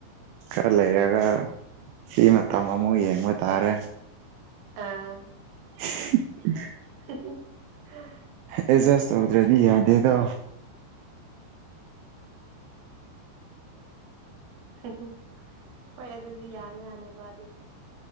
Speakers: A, on the right; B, on the right.
A: ꯈꯔ ꯂꯩꯔꯒ ꯐꯤ ꯃꯇꯝ ꯑꯃꯨꯛ ꯌꯦꯡꯕ ꯇꯥꯔꯦ
B: ꯑꯥ
A: <unintelligible>
B: <unintelligible>
A: ꯑꯦꯗꯖꯁ ꯇꯧꯗ꯭ꯔꯗꯤ ꯌꯥꯗꯦꯗ
B: ꯍꯍꯝ ꯍꯣꯏ ꯑꯗꯨꯗꯤ ꯌꯥꯅꯤ ꯌꯥꯅꯕ ꯑꯗꯨꯟ